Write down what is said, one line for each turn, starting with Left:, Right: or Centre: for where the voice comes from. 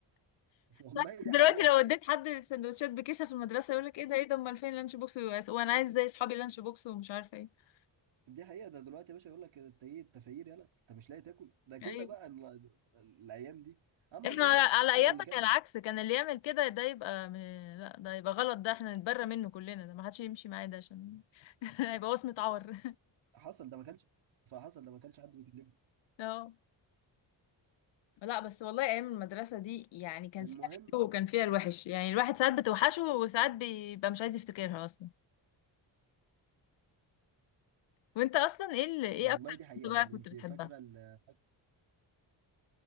Right: <laughs> والله
Left: <laughs> دلوقتي
Right: دي حقيقة
Left: لو اديت حد سندوتشات بكيسه في المدرسه يقول لك ايه ده ايه ده امال فين اللانش بوكس وانا عايز زي اصحابي لانش بوكس ومش عارفه ايه
Right: دي حقيقة ده دلوقتي يا باشا يقول لك انت ايه التفاير يلا انت مش لاقي تاكل ده كده
Left: يعني
Right: بقى ال- الايام دي اما
Left: احنا
Right: زمان
Left: على,
Right: يا
Left: على
Right: باشا ده
Left: ايامنا
Right: اللي كان
Left: كان العكس كان اللي يعمل كده ده يبقى م... لا ده يبقى غلط ده احنا نتبرى منه كلنا ده ما حدش يمشي معاه ده عشان <laughs> هيبقى وصمة عار
Right: حصل ده ما كانش فحصل ده ما كانش حد بيكلمه
Left: <laughs> اه لا بس والله ايام المدرسه دي يعني كان
Right: المهم
Left: فيها الحلو وكان فيها الوحش يعني الواحد ساعات بتوحشه وساعات بيبقى مش عايز يفتكرها اصلا وانت اصلا ايه اللي ايه
Right: والله
Left: اكتر
Right: دي حقيقة
Left: كنت بقى
Right: يعني
Left: كنت
Right: انت
Left: بتحبها
Right: فاكرة ال-